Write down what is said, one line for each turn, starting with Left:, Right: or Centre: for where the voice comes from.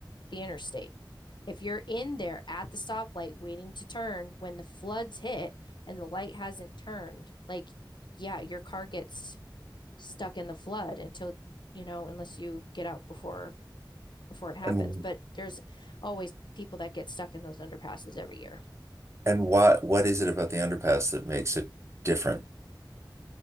Left: the interstate. If you're in there at the stoplight waiting to turn when the floods hit and the light hasn't turned, like, yeah, your car gets stuck in the flood until, you know, unless you get out before before it happens.
Right: and
Left: But there's always people that get stuck in those underpasses every year
Right: and what what is it about the underpass that makes it different?